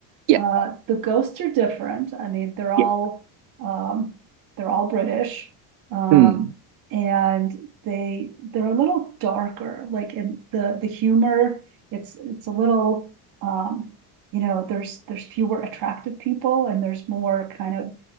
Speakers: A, on the right (about 70°); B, on the right (about 50°).
A: Yeah.
B: Uh, the ghosts are different. I mean, they're all
A: Yeah.
B: um, they're all British, um,
A: Mm.
B: and they they're a little darker. Like in the the humor, it's it's a little um, you know there's there's fewer attractive people, and there's more kind of a